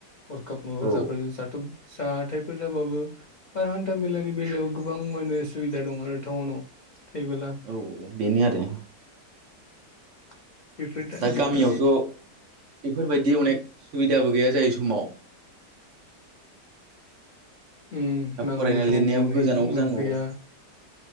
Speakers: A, on the left (about 75°); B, on the right (about 55°).
A: हरखाब माबाफोर
B: औ
A: जाफ जाथ' जाथथायफोर जाबाबो आरो हान्थामेलानि बेलायाव गोबां माने सुबिदा दं आरो टाउनाव। थैबोला।
B: औ बेनो आरो।
A: बेफोर
B: दा
A: <unintelligible>
B: गामियावथ' बेफोरबायदि अनेक सुबिदाबो गैया जाय समाव।
A: ओम
B: दा
A: नांगौ
B: फरायनाय
A: टाइम
B: लिरनायाबो
A: आव मोन
B: गोजानावबो
A: मोनफैया।
B: जानांगौ